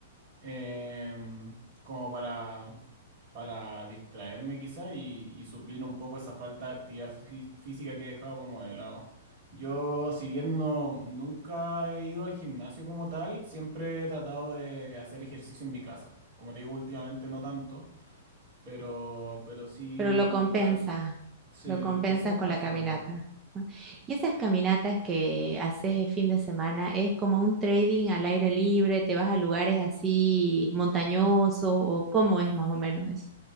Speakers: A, on the right; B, on the right.
A: em, como para, para distraerme quizá y, y suplir un poco esa falta de actividad fí- física que he dejado como de lado. Yo, si bien no, nunca he ido al gimnasio como tal, siempre he tratado de hacer ejercicio en mi casa. Como te digo, últimamente no tanto. Pero, pero sí
B: Pero lo compensa,
A: trato, sí,
B: lo compensas
A: de cierta
B: con la
A: forma.
B: caminata. ¿no? Y esas caminatas que haces fin de semana es como un trading al aire libre, te vas a lugares así montañosos o cómo es más o menos eso.